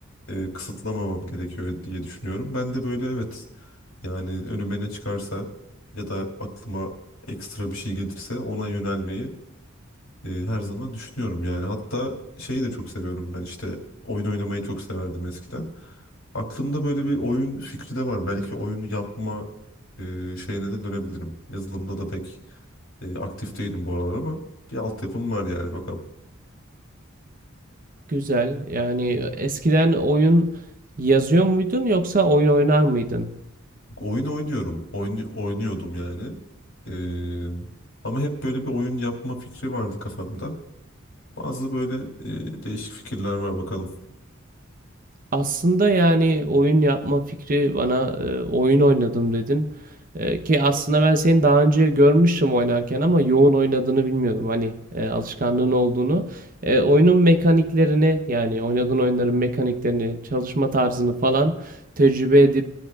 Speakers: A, on the left; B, on the right.
A: e, kısıtlamamam gerekiyor diye düşünüyorum. Ben de böyle evet yani önüme ne çıkarsa ya da aklıma ekstra bir şey gelirse ona yönelmeyi e, her zaman düşünüyorum yani. Hatta şeyi de çok seviyorum ben işte oyun oynamayı çok severdim eskiden. Aklımda böyle bir oyun fikri de var. Belki oyun yapma e, şeyine de dönebilirim. Yazılımda da pek e, aktif değilim bu aralar ama bir altyapım var yani bakalım.
B: Güzel. Yani eskiden oyun yazıyor muydun yoksa oyun oynar mıydın?
A: Oyun oynuyorum. Oyun, oynuyordum yani. E, ama hep böyle bir oyun yapma fikri vardı kafamda. Bazı böyle e, değişik fikirler var bakalım.
B: Aslında yani oyun yapma fikri bana e, oyun oynadım dedin. E, ki aslında ben seni daha önce görmüştüm oynarken ama yoğun oynadığını bilmiyordum. Hani e, alışkanlığın olduğunu. E, oyunun mekaniklerini yani oynadığın oyunların mekaniklerini, çalışma tarzını falan tecrübe edip